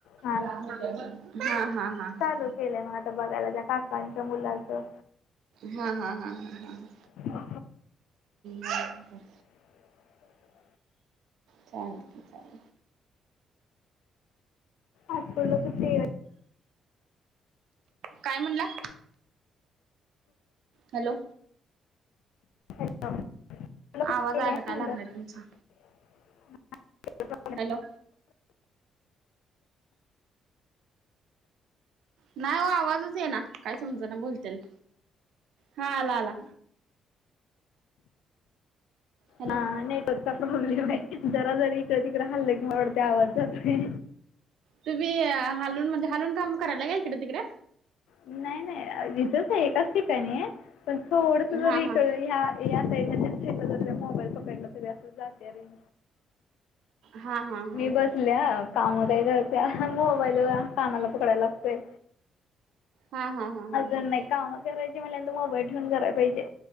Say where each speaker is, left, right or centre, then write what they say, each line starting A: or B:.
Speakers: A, on the left; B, on the right.
A: हां
B: हा हा. हा.
A: चालू
B: हा
A: केलंय मग आता बघायला त्या काकांच्या मुलाचं.
B: हा हा हा हम हम
A: हो
B: ह.
A: ह <unintelligible>
B: चालतय चालतं.
A: आज स्कूला सुट्टी आहे वाटतं.
B: काय म्हणला? हॅलो.
A: हॅलो काय
B: आवाज अडकाय
A: म्हणलं
B: लागलाय तुमचं.
A: <unintelligible>
B: हॅलो. नाही हो. आवाजच येईना. काय समजना बोलतेल. हा आला आला. हॅलो
A: हा नेटवर्कचा प्रॉब्लेम आहे. जरा जरी इकडे तिकडं हल्ल की मला वाटतेय आवाज जातोय.
B: तुम्ही हलून म्हणजे हालून काम करायला का इकडे तिकडे?
A: नाही नाही. इथच आहे. एकाच ठिकाणी पण थोडस जरी
B: हा
A: हिकडं
B: हा
A: ह्या. या साईडन त्या साइडला जात्या. मोबाईल पकडलं तरी असं जात्या रेंज.
B: हा हा. हा
A: मी बसल्या
B: हा
A: काम काय मोबाईलवर कामाला पकडायला लागतोय.
B: हा हा. हा
A: अजून
B: हा हा.
A: नाही. काम करायची म्हटल्यांवर मोबाईल ठेऊन कराय पाहिजे.